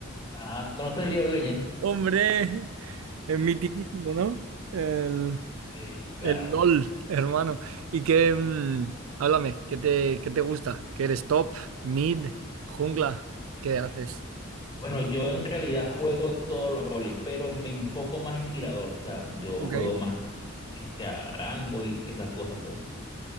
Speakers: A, on the left; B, on the right.
A: Ajá, ¿conoces League of Legends?
B: <laughs> Hombre, es mitiquísimo, ¿no? El,
A: Sí, claro.
B: el LOL, hermano. Y que, mm, háblame, ¿qué te, qué te gusta? ¿Qué eres top, mid, jungla? ¿Qué haces?
A: Bueno, yo en realidad juego todos los roles, pero me enfoco más en tirador. O sea, yo
B: Ok.
A: juego más este, a rango y esas cosas. pues